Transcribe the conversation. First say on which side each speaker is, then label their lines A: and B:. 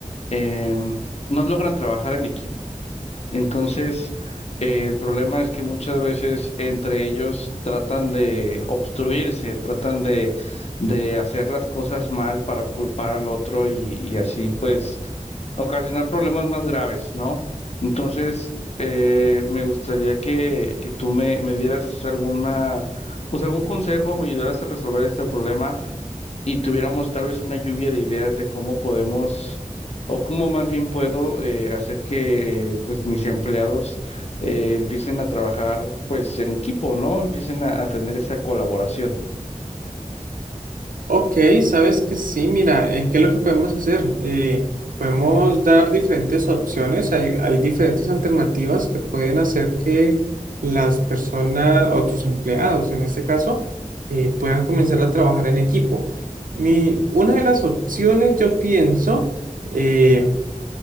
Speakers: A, on the left; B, on the right.
A: em, no logran trabajar en equipo. Entonces, eh, el problema es que muchas veces entre ellos tratan de obstruirse, tratan de, de hacer las cosas mal para culpar al otro y, y así pues ocasionar problemas más graves, ¿no? Entonces, eh, me gustaría que, que tú me, me dieras alguna, pues algún consejo, me ayudaras a resolver este problema y tuviéramos tal vez una lluvia de ideas de cómo podemos, o cómo más bien puedo eh, hacer que eh, pues mis empleados eh, empiecen a trabajar pues en equipo, ¿no? Empiecen a, a tener esa colaboración.
B: Ok, sabes que sí, mira, eh, ¿qué es lo que podemos hacer? Eh, podemos dar diferentes opciones, hay, hay diferentes alternativas que pueden hacer que las personas o tus empleados, en este caso, eh, puedan comenzar a trabajar en equipo. Mi, una de las opciones, yo pienso, eh,